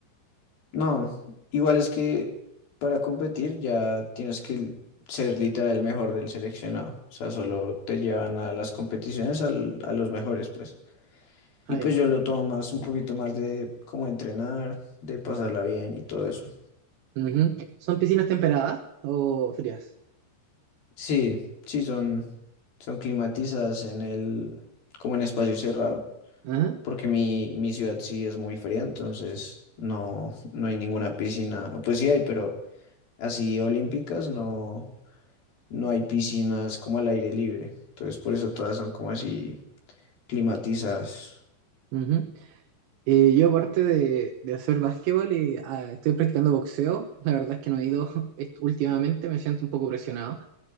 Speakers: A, on the left (about 55°); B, on the right (about 85°).
A: No, igual es que para competir ya tienes que ser literal el mejor del seleccionado. O sea, solo te llevan a las competiciones al- a los mejores, pues.
B: Ah,
A: Y pues
B: ya.
A: yo lo tomo más, un poquito más de cómo entrenar, de pasarla bien y todo eso.
B: Ujú. ¿Son piscinas temperadas o frías?
A: Sí, sí, son, son climatizadas en el, como en espacio cerrado.
B: Ajá,
A: porque mi, mi ciudad sí es muy fría, entonces no, no hay ninguna piscina, o pues sí hay, pero así olímpicas no, no hay piscinas como al aire libre, entonces por eso todas son como así climatizadas.
B: ujú. Eh, yo aparte de, de hacer básquetbol, eh, ah, estoy practicando boxeo. La verdad es que no he ido <laughs> est- últimamente, me siento un poco presionado.